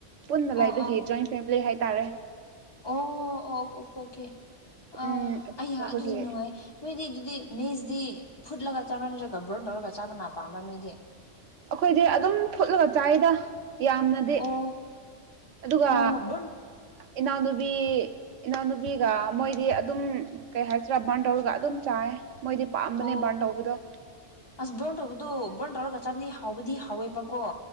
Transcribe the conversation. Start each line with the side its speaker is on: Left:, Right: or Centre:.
Right: ꯄꯨꯟꯅ
Left: ꯑꯣ
Right: ꯂꯩꯕꯒꯤ ꯖꯣꯏꯟ ꯐꯦꯃꯤꯂꯤ ꯍꯥꯏꯇꯥꯔꯦ
Left: ꯑꯣ ꯑꯣ ꯑꯣ ꯑꯣꯀꯦ
Right: ꯎꯝ
Left: ꯑꯥ
Right: ꯑꯗꯨꯝ
Left: ꯑꯩ
Right: ꯇꯧꯕꯒꯤ
Left: ꯑꯗꯨꯗꯤ ꯅꯨꯡꯉꯥꯏ ꯅꯣꯏꯗꯤ ꯑꯗꯨꯗꯤ ꯃꯦꯁꯗꯤ ꯐꯨꯠꯂꯒ ꯆꯥꯕ꯭ꯔꯥ ꯅꯠꯇ꯭ꯔꯒ ꯕ꯭ꯔꯣꯟ ꯇꯧꯔꯒ ꯆꯥꯕ ꯅꯥꯄ ꯑꯃꯝꯕꯂꯥ ꯅꯣꯏꯗꯤ
Right: ꯑꯩꯈꯣꯏꯗꯤ ꯑꯗꯨꯝ ꯐꯨꯠꯂꯒ ꯆꯥꯏꯗ ꯌꯥꯝꯅ ꯑ
Left: ꯑꯣ
Right: ꯑꯗꯨꯒ
Left: ꯑꯣ ꯕ꯭ꯔꯟ
Right: ꯏꯅꯥꯎꯅꯨꯕꯤ ꯏꯅꯥꯎꯅꯨꯄꯤꯒ ꯃꯣꯏꯗꯤ ꯑꯗꯨꯝ ꯀꯩ ꯍꯥꯏꯁꯤgꯔꯥ ꯕꯥꯟꯇꯧꯔꯒ ꯑꯗꯨꯝ ꯆꯥꯏ ꯃꯣꯏꯗꯤ ꯄꯥꯝꯕꯅꯦ
Left: ꯑꯣ
Right: ꯕꯥꯔꯟ ꯇꯧꯕꯗꯣ
Left: ꯑꯁ ꯕꯔꯟ ꯇꯧꯕꯗꯨ ꯕꯔꯟ ꯇꯧꯔꯒ ꯆꯥꯕꯗꯤ ꯍꯥꯎꯕꯗꯤ ꯍꯥꯎꯋꯦꯕꯀꯣ